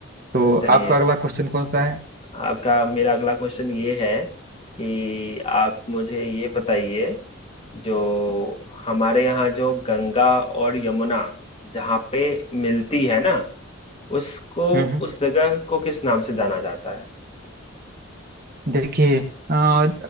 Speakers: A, on the right; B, on the left.
A: तो
B: चलिए
A: आपका अगला क्वेश्चन कौन सा है
B: आपका मेरा अगला क्वेश्चन ये है कि आप मुझे ये बताइए जो हमारे यहाँ जो गंगा और यमुना जहाँ पे मिलती है ना उसको
A: हम्म हम्म
B: उस जगह को किस नाम से जाना जाता है
A: देखिए अ,